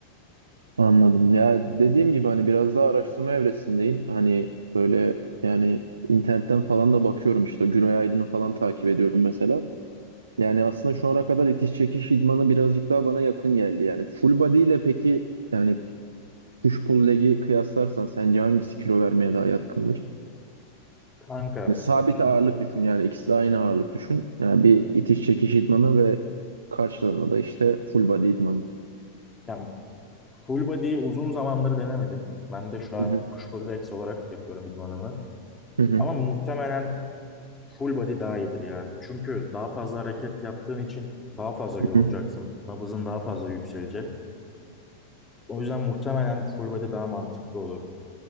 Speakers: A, on the right; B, on the left.
A: Anladım. Ya dediğim gibi hani biraz daha araştırma evresindeyim. Hani böyle yani internetten falan da bakıyorum işte Güray Aydın'ı falan takip ediyorum mesela. Yani aslında şu ana kadar itiş çekiş idmanı birazcık daha bana yakın geldi. Yani full body ile peki yani push pull leg'i kıyaslarsan sence hangisi kilo vermeye daha yatkındır?
B: Kanka
A: Ve sabit
B: şimdi
A: ağırlık düşün yani ikisi de aynı ağırlık düşün. Yani bir itiş çekiş idmanı ve karşılığında da işte full body idmanı.
B: yani full body'yi uzun zamandır denemedim. Ben de şu an
A: Hı hı.
B: push pull legs olarak yapıyorum idmanımı.
A: Hı hı.
B: Ama muhtemelen full body daha iyidir ya. Çünkü daha fazla hareket yaptığın için daha fazla
A: Hı
B: yorulacaksın.
A: hı.
B: Nabızın daha fazla yükselecek. O yüzden muhtemelen full body daha mantıklı olur